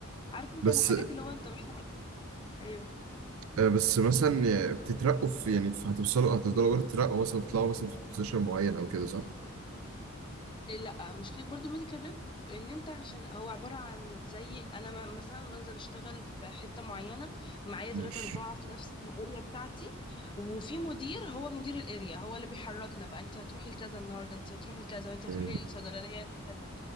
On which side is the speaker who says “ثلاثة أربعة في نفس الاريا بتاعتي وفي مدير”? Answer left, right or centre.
Left